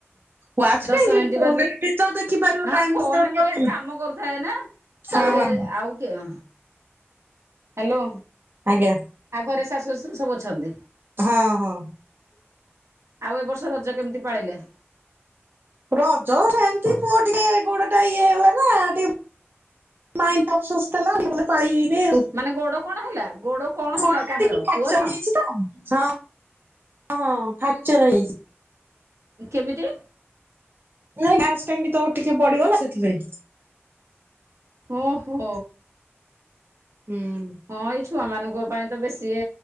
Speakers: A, on the right; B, on the right.
A: ୱାଚ୍
B: ଦଶ
A: କାହିଁକି
B: ମିନିଟ
A: ଫୋନରେ
B: ପରେ
A: ବି ତ ଦେଖିପାରିବ
B: ନା
A: ଟାଇମ
B: ଫୋନରେ
A: କେତେବେଳେ
B: ମୁଁ
A: କଣ
B: ଏଠି
A: କଲ।
B: କାମ କରୁଥାଏ ନା। ନ
A: ହଁ
B: ହେଲେ
A: ହଁ
B: ଏଇଟା ଆଉ କିଏ? ହ୍ୟାଲୋ।
A: ଆଜ୍ଞା।
B: ଆଉ ଘରେ ଶାଶୁ ଶଶୁର ସବୁ ଅଛନ୍ତି?
A: ହଁ ହଁ।
B: ଆଉ ଏ ବର୍ଷ ରଜ କେମିତି ପାଳିଲେ?
A: ରଜ ସେମିତି ପୁଅ ଟିକେ ଗୋଡଟା ଇଏ ହେଇଗଲା ନା ଟିକେ ମାଇଣ୍ଡଟା ଅବଶୋଷ ଥିଲା <unintelligible> ଭଲରେ ପାଳି ହେଇ ନାଇଁ ଆଉ।
B: ମାନେ ଗୋଡ଼ କଣ ହେଲା ଗୋଡ଼ କଣ ହେଲା
A: ଗୋଡୋଟା
B: କାହାର
A: ଟିକେ ଫ୍ୟାକ୍ଚର
B: ପୁଅର
A: ହେଇଯାଇଛି ତ ହଁ। ହଁ ହଁ ଫ୍ୟାକ୍ଚର ହେଇଯାଇଛି।
B: କେମିତି?
A: ନାଇଁ ଗ୍ୟାସ ଟାଙ୍କି ତ ଟିକେ ପଡିଗଲା ସେଥିପାଇଁ।
B: ଓ ହୋ।
A: ହୁଁ।
B: ହଁ ଏଇ ଛୁଆମାନଙ୍କ ପାଇଁ ତ ବେଶି ଏ